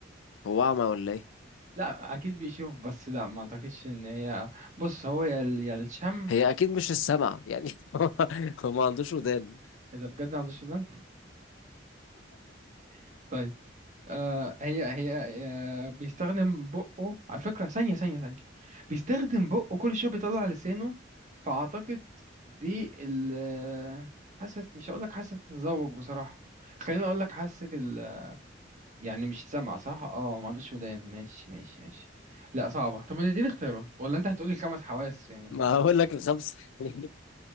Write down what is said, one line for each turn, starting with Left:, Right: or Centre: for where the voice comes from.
Left: هو أعمى ولا إيه
Right: لا اكيد بيشوف بس لا ما اعتقدش ان هي بص هو يا ال- يا الشم
Left: هي أكيد مش السمع يعني <laughs> هو هو ما عندوش ودان
Right: اذا بجد عند السودان <laughs> آه هي هي آه بيستخدم بقه على فكرة ثانية ثانية ثانية بيستخدم بقه كل شوية بيطلع لسانه فأعتقد دي ال حاسة مش هقولك حاسة التذوق بصراحة خليني أقولك حاسة ال آه، يعني مش سامعة صح؟ اه ما عندوش ودان ماشي ماشي ماشي لا صعبة طب ما تديني اختيارات ولا أنت هتقولي الخمس حواس يعني
Left: ما هقول لك الخمسة <laughs>